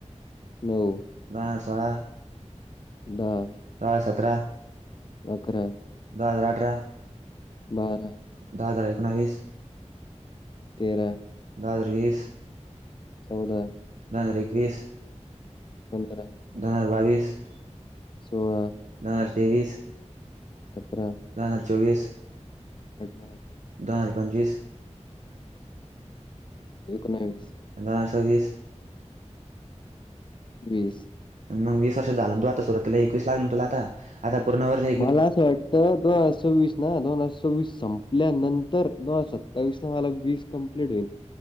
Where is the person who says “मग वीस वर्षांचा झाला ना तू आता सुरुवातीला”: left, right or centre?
Right